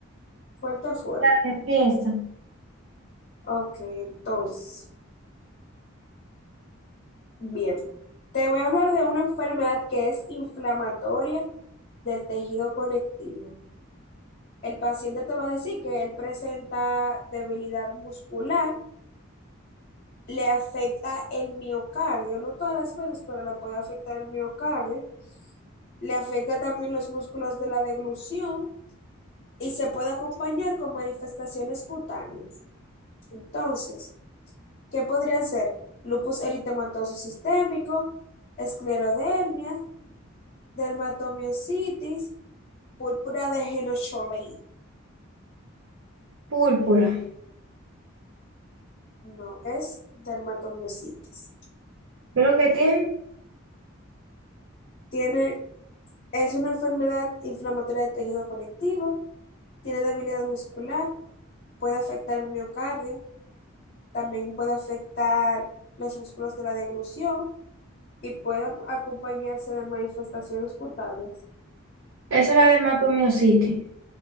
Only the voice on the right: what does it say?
Dale, Empieza.
Púrpura.
¿Qué es lo que tiene?
Esa es la del Macromio City.